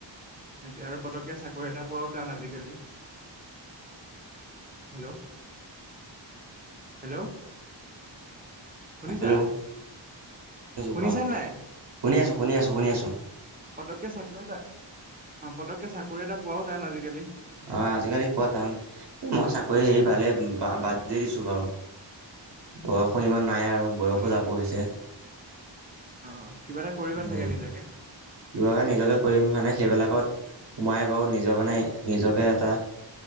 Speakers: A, on the right (about 20°); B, on the right (about 60°).
A: সেইটো আৰু পতককে চাকৰি এটা পোৱাও টান আজিকালি। হেল্ল' হেল্ল', শুনিছা
B: হেল্ল' শুনিছোঁ
A: শুনিছ
B: কোৱা
A: নাই
B: শুনি আছোঁ শুনি আছোঁ শুনি আছোঁ
A: পতককে চাকৰি এটা অ পতককে চাকৰি এটা পোৱাও তান আজিকালি
B: অ আজিকালি পোৱা টান মই চাকৰি হেৰি পালে বাদ দি দিছো বাৰু বয়সৰ ইমান নাই আৰু বয়সো
A: অ নি
B: যাব হৈছে
A: অ কিবা এটা কৰিবা
B: উম
A: চাগে নিজাকে
B: কিবটা নিজকে কৰিম মানে সেইবিলাকত সোমাই বাৰু নিজৰ মানে নিজকে এটা